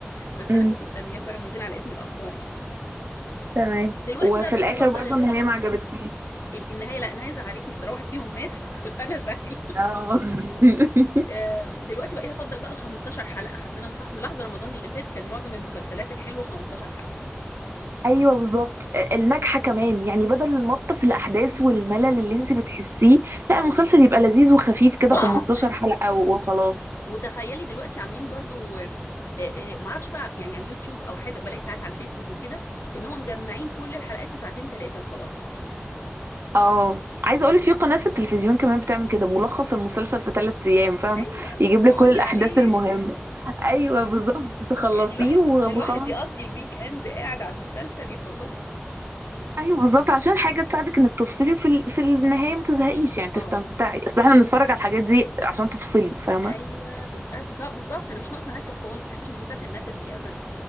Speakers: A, on the left; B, on the right.
A: بس
B: مم.
A: انا كنت مسمياه كرم وزين على اسم الابطال يعني
B: تمام
A: دلوقتي
B: وفي
A: بقى بقيت
B: الاخر
A: افضل
B: برضه
A: الخمس
B: النهاية ما عجبتكيش
A: ال- النهايه لا النهايه زعلتني بصراحه واحد فيهم مات <laughs> فانا زعل
B: اه <laughs>
A: آه، دلوقتي بقيت افضل بقى ال 15 حلقه حتى انا مصح... ملاحظه رمضان اللي فات كان معظم المسلسلات الحلوه 15 حلقه
B: ايوه بالظبط الناجحه كمان يعني بدل المط في الاحداث والملل اللي انت بتحسيه لا
A: اه
B: المسلسل يبقى لذيذ وخفيف كده
A: <coughs>
B: 15 حلقه و- وخلاص
A: وتخيلي دلوقتي عاملين برضو آه، آه، معرفش بقى يعني على اليوتيوب او حاجه بلاقي ساعات على الفيسبوك وكده ان هم مجمعين كل الحلقات في ساعتين ثلاثه وخلاص
B: اه عايزه اقولك في قناه في التلفزيون كمان بتعمل كده ملخص المسلسل في ثلاث ايام فاهمه
A: حلو قوي
B: يجيب
A: تقعدي
B: لك كل الاحداث
A: عليه
B: المهمه ايوه بالظبط تخلصيه
A: يعني الواحد
B: و-
A: الواحد
B: وخلاص
A: يقضي الويك اند قاعد على المسلسل يخلصه
B: ايوه بالظبط عشان حاجه تساعدك انك تفصلي وفي ال... في النهايه ما تزهقيش يعني تستمتعي
A: اه
B: اصل احنا بنتفرج على الحاجات دي عشان تفصلي فاهمه
A: ايوه بالظ- آه، بص- بالظبط انا مش ناقصه نكد خالص ما بحبش مسلسلات النكد دي ابدا